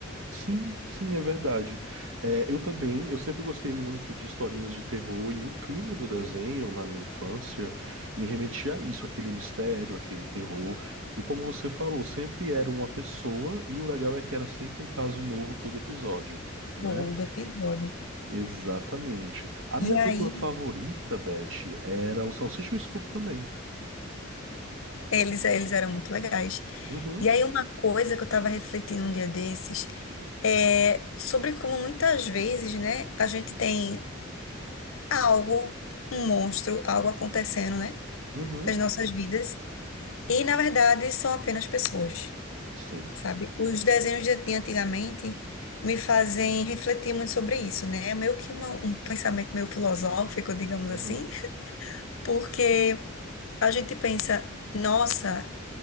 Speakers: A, on the right; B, on the left.
A: Sim, sim, é verdade. É, eu também, eu sempre gostei muito de historinhas de terror e o clima do desenho na minha infância me remetia a isso, aquele mistério, aquele terror. E como você falou, sempre era uma pessoa e o legal é que era sempre um caso novo todo episódio, né?
B: Todo episódio.
A: Exatamente. A minha
B: E
A: dupla
B: aí.
A: favorita, Beth, era o Salsicha e o Scooby também.
B: Eles, é, eles eram muito legais.
A: Uhum,
B: E aí, uma coisa que eu estava refletindo um dia desses é sobre como muitas vezes, né, a gente tem algo, um monstro, algo acontecendo, né,
A: uhum,
B: nas nossas vidas. E, na verdade, são apenas pessoas,
A: sim.
B: sabe? Os desenhos de de antigamente me fazem refletir muito sobre isso, né? É meio que uma- um pensamento meio filosófico, digamos
A: Uhum,
B: assim, porque a gente pensa. Nossa,